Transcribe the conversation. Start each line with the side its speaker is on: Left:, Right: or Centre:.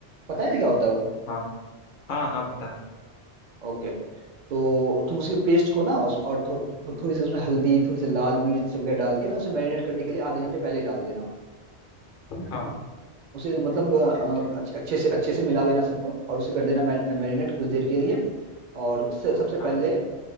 Right: पता है ना क्या होता है वो
Left: हाँ हाँ हाँ पता है
Right: ओके तो तुम उसकी पेस्ट को ना उस और थो, थो, थोड़ी सी उसमें हल्दी थोड़ी सी लाल मिर्च वगैरह डाल के ना उसे मैरिनेट करने के लिए आधे घंटे पहले डाल देना
Left: हाँ
Right: उसे मतलब अ,
Left: ठीक ठीक
Right: अच्छे अच्छे से अच्छे से मिला देना सबको और उसे कर देना मैरिनेट कुछ देर के लिए और उससे सबसे पहले
Left: हाँ